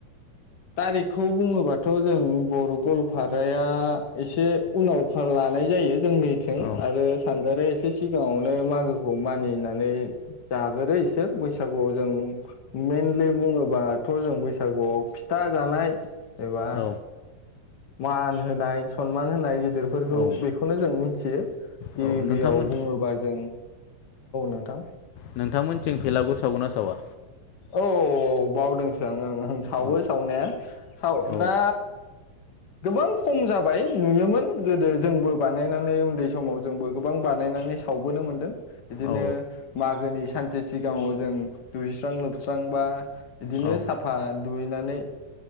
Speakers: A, on the left; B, on the left.
A: तारिखखौ बुङोबाथ जों बर' गलपाराया एसे उनाव लानाय जायो। जोंनिथिं
B: औ
A: आरो सानगारिया एसे सिगाङावनो मागोखौ मानिनानै जागोरो इसोर। बैसागुआव जों मेन <unintelligible> बुङोबाथ जों बैसागुआव फिथा जानाय एबा
B: औ
A: मान होनाय सनमान होनाय बिदि गिदिरफोरखौ
B: औ
A: बेखौनो जों थियो।
B: औ
A: गिबियाव
B: नोंथांमोन
A: बुङोबा जों नोंथां
B: नोंथांमोनथिं भेलागुर सावगोनना सावा
A: औ बावदोंसो आं ओं ओं आं सावो
B: औ
A: सावनाया साव
B: औ
A: दा गोबां खम जाबाय नुयोमोन गोदो जोंबो बानायनानै उन्दै समाव जोंबो गोबां बानायनानै सावबोनो मोन्दों। बिदिनो
B: औ
A: मागोनि सानसे सिगाङाव जों दुगैस्रां लोब स्रां बा बिदिनो
B: औ औ
A: साफा दुगैनानै